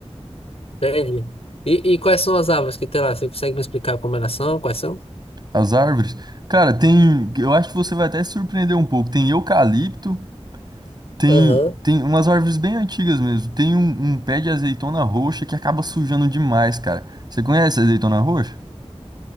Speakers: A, on the left (about 65°); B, on the right (about 40°).
A: Entendi. E, e quais são as árvores que tem lá? Você consegue me explicar como elas são? Quais são?
B: As árvores, cara, tem... Eu acho que você vai até se surpreender um pouco. Tem eucalipto, tem,
A: Aham.
B: tem umas árvores bem antigas mesmo. Tem um, um pé de azeitona roxa que acaba sujando demais, cara. Você conhece a azeitona roxa?